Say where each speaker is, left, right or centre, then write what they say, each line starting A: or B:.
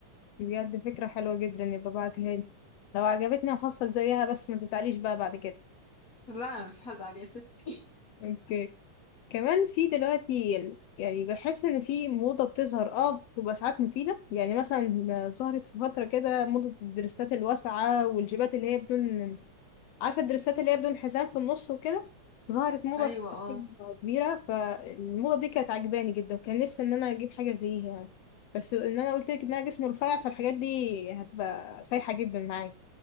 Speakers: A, on the left; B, on the left.
A: بجد فكرة حلوة جدا يبقى بعتيها لي لو عجبتني هفصل زيها بس ما تزعليش بقى بعد كده
B: لا مش هزعل يا ستي <laughs>
A: اوكي كمان في دلوقتي يعني بحس ان في موضة بتظهر اه بتبقى ساعات مفيدة يعني مثلا ظهرت في فترة كده موضة الدرسات الواسعة والجيبات اللي هي بدون عارفة الدرسات اللي هي بدون حزام في النص وكده ظهرت موضة
B: ايوه
A: في
B: اه
A: فترة كبيرة فالموضة دي كانت عجباني جدا وكان نفسي ان انا اجيب حاجة زيها يعني بس ان انا قلت لك انها جسم رفيع فالحاجات دي هتبقى سايحة جدا معايا